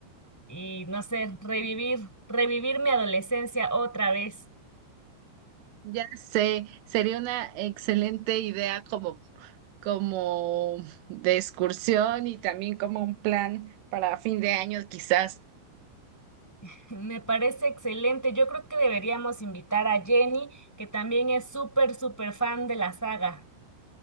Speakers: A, in the centre; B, on the right.
A: y no sé, revivir, revivir mi adolescencia otra vez.
B: Ya sé, sería una excelente idea como, como de excursión y también como un plan para fin de año quizás.
A: <laughs> Me parece excelente. Yo creo que deberíamos invitar a Jenny, que también es súper, súper fan de la saga.